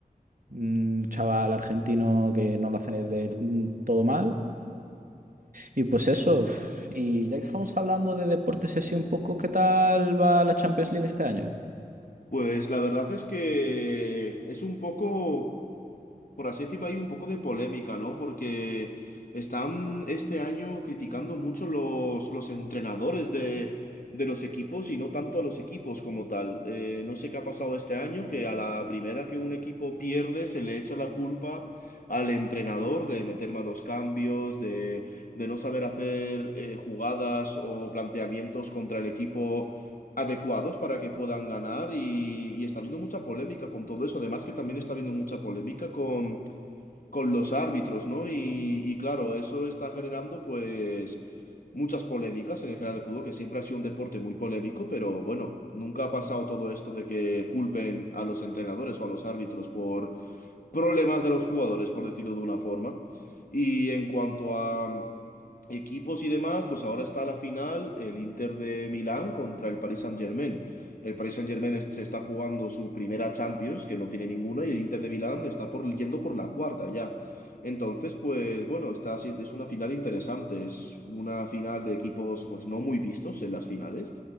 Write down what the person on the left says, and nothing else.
Pues la verdad es que es un poco, por así decirlo, hay un poco de polémica, ¿no? Porque están este año criticando mucho los, los entrenadores de, de los equipos y no tanto a los equipos como tal. Eh, no sé qué ha pasado este año, que a la primera que un equipo pierde se le echa la culpa al entrenador de meter malos cambios, de, de no saber hacer eh, jugadas o planteamientos contra el equipo adecuados para que puedan ganar y, y está habiendo mucha polémica con todo eso. Además que también está habiendo mucha polémica con, con los árbitros, ¿no? Y, y claro, eso está generando pues muchas polémicas en el general de fútbol, que siempre ha sido un deporte muy polémico, pero bueno, nunca ha pasado todo esto de que culpen a los entrenadores o a los árbitros por problemas de los jugadores, por decirlo de una forma. Y en cuanto a equipos y demás, pues ahora está la final, el Inter de Milán contra el Paris Saint-Germain. El Paris Saint-Germain es- se está jugando su primera Champions, que no tiene ninguna, y el Inter de Milán está por, yendo por la cuarta ya. Entonces, pues bueno, está, si- es una final interesante, es una final de equipos pues no muy vistos en las finales